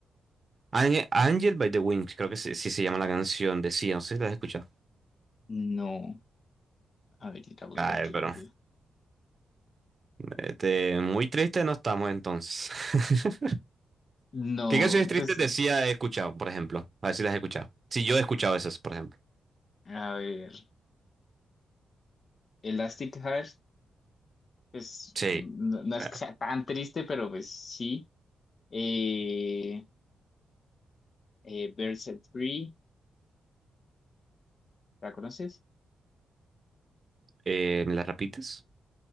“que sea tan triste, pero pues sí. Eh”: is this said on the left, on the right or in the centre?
Left